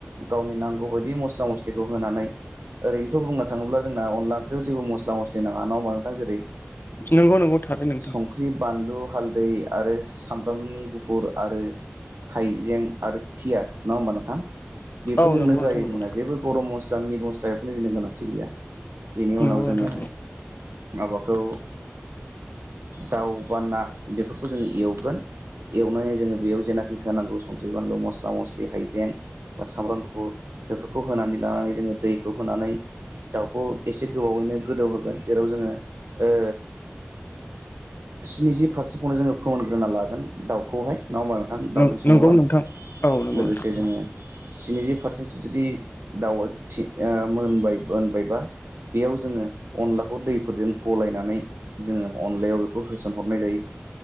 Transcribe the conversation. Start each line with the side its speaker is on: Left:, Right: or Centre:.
Right: गावनि नांगौ बायदि मस्ला मस्लिखौ होनानै ओरैनोथ' बुंनो थाङोब्ला जोंना अनला ओंख्रियाव जेबो मस्ला मस्लि नाङा नङा होमबा नोंथां जेरै
Left: नंगौ नंगौ थारै नोंथां
Right: संख्रि, बानलु, हालदै। आरो सामब्रामनि गुफुर आरो हाइजें आरो पियास नङा होमब नों थां बेफोरजोंनो
Left: औ नंगौ नोंथां
Right: जायो
Left: नंगौ
Right: जोंना जेबो गरम मस्ला मिट मस्ला बेफोरनि जोंनि गोनांथि गैया। बेनि
Left: नंगौ
Right: उनाव
Left: नोंथां
Right: जोङो माबाखौ ओ दाउ बा ना बेफोरखौ जों एवगोन। एवनानै जोङो बेयाव जेनाखि होनांगौ संख्रि, बानलु, मस्ला मस्लि हाइजें।। बा सामब्राम गुफुर बेफोरखौ होनानै लानानै जोङो दैखौ होनानै दाउखौ एसे गोबावैनो गोदौहोगोन जेराव जोङो ओ स्निजि फारसेखौनो जोङो फोमोनग्रोना लागोन दाउखौहाय नङा होमबा
Left: नंगौ
Right: नोंथां दाउजों सङोबा
Left: नंगौ नोंथां औ नंगौ
Right: लोगोसे
Left: नोंथां नंगौ
Right: जोङो स्निजि पारसेन्टसो जुदि दाउआ मोनबाय मोनबायबा बेयाव जोङो अनला बे दैफोरजों गलायनानै जोङो अनलायाव बेखौ होसन हरनाय जायो।